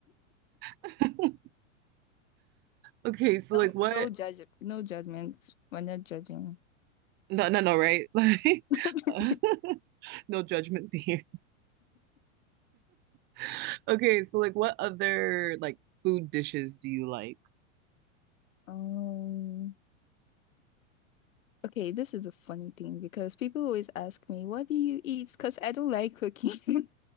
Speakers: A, on the right; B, on the left.
A: <laughs> Okay, so
B: No,
A: like what
B: no judge, no judgment. We're not judging.
A: No, no, no, right? <laughs> Like,
B: <laughs>
A: uh, <laughs> no judgments here. <laughs> Okay, so like, what other like food dishes do you like?
B: Um, okay, this is a funny thing because people always ask me, "What do you eat?" Because I don't like cooking.